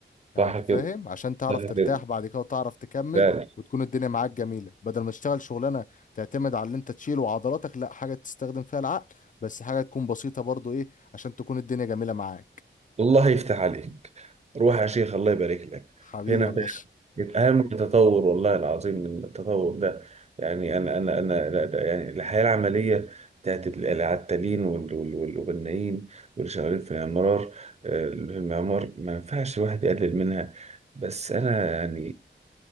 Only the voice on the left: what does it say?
يعني
أنت
فاهم عشان تعرف
ترتاح
بعد كده وتعرف تكمل
وتكون الدنيا معاك جميلة بدل ما تشتغل شغلانة تعتمد على اللي أنت تشيله وعضلاتك لا حاجة تستخدم فيها العقل بس حاجة تكون بسيطة برضو إيه عشان تكون الدنيا جميلة معاك
حبيبي
يا باشا